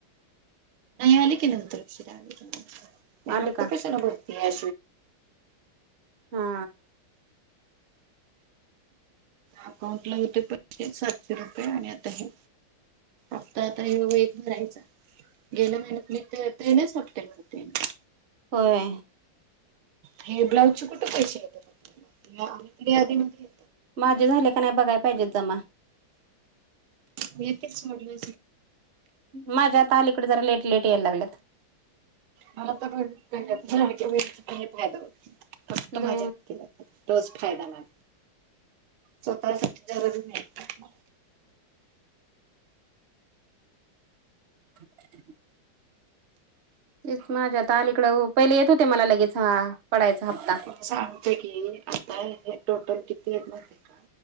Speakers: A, on the right; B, on the right.
A: आली की नंतर शिरा आली की न
B: आले
A: हफ्ता
B: का
A: कशाला भरती या
B: हा.
A: अकाउंट ला होते पैसे सातशे रुपये आणि आता हे आता आता हे एक रायच गेल्या महिन्यात मी ते तीनच हप्ते भरते मी.
B: होय.
A: हे ब्लाऊजचे कुठे पैसे येतात आपल्याला अ त यादीमध्ये.
B: माझे झाले का नाही बघाय पाहिजेत जमा.
A: येतेच सडल्या
B: माझ्या त अलीकड जरा लेट लेट यायला लागल्यात.
A: मला तरण्यात वे फायदा होत. फक्त
B: ले
A: माझ्या हाकेला रोज फायदा म स्वतः जरुरी नाही.
B: <unintelligible> तेच माझ्या आता अलीकडं पहिले येत होते मला लगेच हा पडायचा हप्ता.
A: सांगतेय की आता हे टोटल किती आहेत माहिती आहे का?